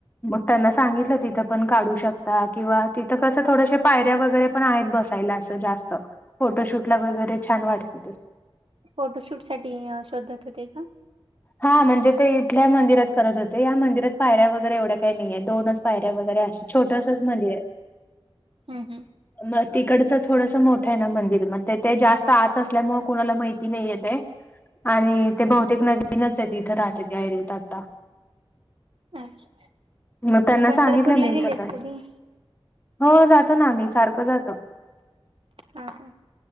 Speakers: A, on the left; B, on the right.
A: मग त्यांना सांगितल तिथ पण काढू शकता किंवा तिथ कस थोडसे पायऱ्या वगैरे पण आहेत बसायला अस जास्त फोटोशूट ला वगैरे छान वाटते.
B: फोटोशूट साठी शोधत होते का?
A: हा म्हणजे ते इथल्या मंदिरात करत होते. या मंदिरात पायऱ्या वगैरे एवढ्या काही नाहीये. दोनच पायऱ्या वगैरे अस छोटसच मदीर हाय.
B: हम्म हम्म
A: मग तिकड थोडस मोठं आहे ना मंदिर. म ते जास्त आत असल्यामुळे कुणाला माहिती नाहीय ते. आणि ते बहुतेक नवीनच आहे तिथ राहते त्या एरितात.
B: अच्छा
A: मग त्यांना
B: पंढरपूरला
A: सांगितल मी इथ
B: गेलेस
A: करा.
B: कधी?
A: हो जातो ना आम्ही सारख जातो.
B: हम्म